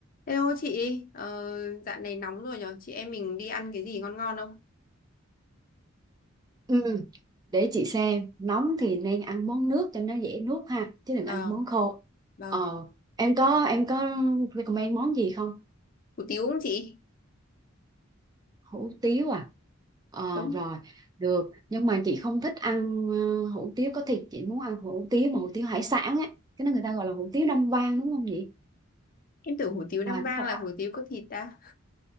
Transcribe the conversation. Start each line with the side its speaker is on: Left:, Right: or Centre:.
Left: Hello chị, ờ, dạo này nóng rồi nhở, chị em mình đi ăn cái gì ngon ngon không?
Right: Ừ, để chị xem nóng thì nên ăn món nước cho nó dễ nuốt ha chứ đừng
Left: Vâng,
Right: ăn món khô
Left: vâng,
Right: ờ em có em có recommend món gì không
Left: hủ tiếu không chị?
Right: hủ tiếu à ờ
Left: Đúng,
Right: rồi được nhưng mà chị không thích ăn ờ, hủ tiếu có thịt chị muốn ăn hủ tiếu mà hủ tiếu hải sản á cái đó người ta gọi là hủ tiếu Nam vang đúng không chị
Left: em tưởng hủ tiếu Nam
Right: à
Left: Vang
Right: đúng rồi
Left: là
Right: đó
Left: hủ tiếu có thịt ta.